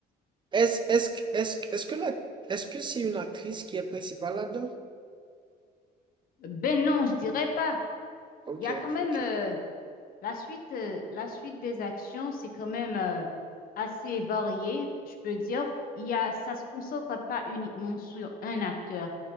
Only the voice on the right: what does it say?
Est-ce, est-ce, que- est-ce, que- est-ce que la, est-ce que c'est une actrice qui est principale là-dedans?
Ok,
ok,